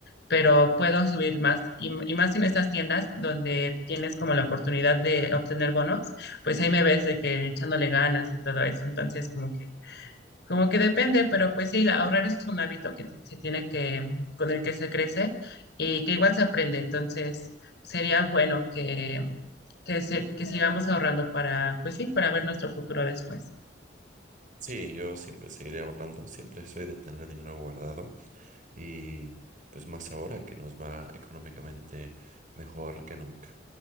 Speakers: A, on the left; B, on the right.
A: pero puedo subir más y, y más en estas tiendas donde tienes como la oportunidad de obtener bonos, pues ahí me ves de que echándole ganas y todo eso. Entonces, como que como que depende, pero pues sí, la- ahorrar es un hábito que se tiene que, con el que se crece y que igual se aprende. Entonces, sería bueno que, que, se, que sigamos ahorrando para, pues sí, para ver nuestro futuro después.
B: Sí, yo siempre seguiré ahorrando, siempre soy de tener dinero guardado y pues más ahora que nos va económicamente mejor que nunca.